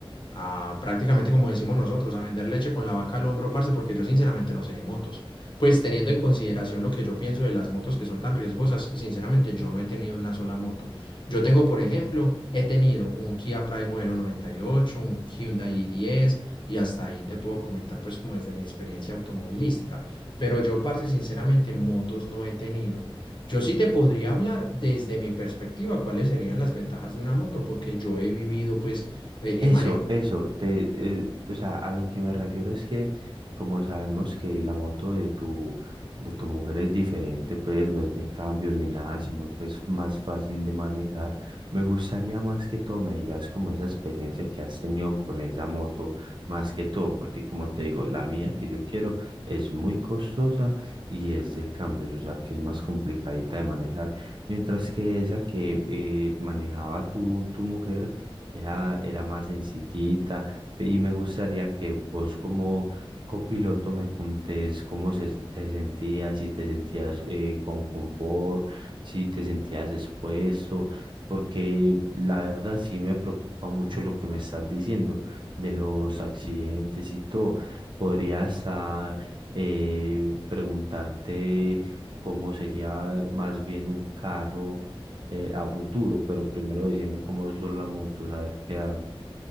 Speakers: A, on the left; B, on the right.
A: a, a prácticamente como decimos nosotros, a vender leche con la vaca al hombro, parce, porque yo sinceramente no sé de motos. Pues teniendo en consideración lo que yo pienso de las motos que son tan riesgosas, sinceramente yo no he tenido una sola moto. Yo tengo, por ejemplo, he tenido un Kia Pride modelo 98, un Hyundai i diez y hasta ahí te puedo comentar pues como desde mi experiencia automovilística. Pero yo, parce, sinceramente motos no he tenido. Yo sí te podría hablar desde mi perspectiva cuáles serían las ventajas de una moto, porque yo he vivido, pues, eh,
B: Eso,
A: he manejado.
B: eso, te, eh, o sea, a lo que me refiero es que como sabemos que la moto de tu, de tu mujer es diferente, pues no es de cambio ni nada, sino que es más fácil de manejar, me gustaría más que todo me digas como esa experiencia que has tenido con esa moto, más que todo, porque como te digo, la mía que yo quiero es muy costosa y es de cambios, o sea, que es más complicadita de manejar, mientras que esa que eh, manejaba tu, tu mujer era, era más sencillita y me gustaría que vos como copiloto me contés cómo se, te sentías, si te sentías eh, con confort, si te sentías expuesto, porque la verdad sí me preocupa mucho lo que me estás diciendo de los accidentes y todo. ¿Podrías ah, eh, preguntarte cómo sería más bien un carro? eh, a futuro, pero primero decime cómo son las motos, a ver qué hago.